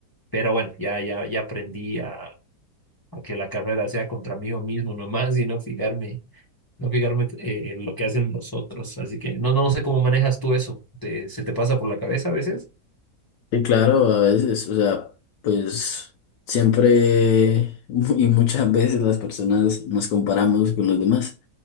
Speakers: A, on the left; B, on the left.
A: pero bueno, ya, ya, ya aprendí a, a que la carrera sea contra mí mismo nomás y no fijarme no fijarme eh, en lo que hacen los otros. Así que no, no sé cómo manejas tú eso. ¿Te- se te pasa por la cabeza a veces?
B: Sí, claro, a veces, o sea, pues siempre <laughs> mu- y muchas veces las personas nos comparamos con los demás